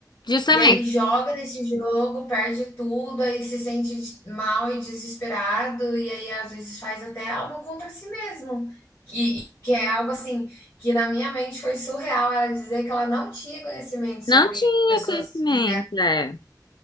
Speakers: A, on the left; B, on the left.
A: justamente.
B: e aí joga nesse jogo, perde tudo, aí se sente des- mal e desesperado, e aí às vezes faz até algo contra si mesmo. Que, que é algo assim, que na minha mente foi surreal ela dizer que ela não tinha conhecimento sobre
A: Não tinha
B: pessoas
A: conhecimento,
B: que
A: é. Não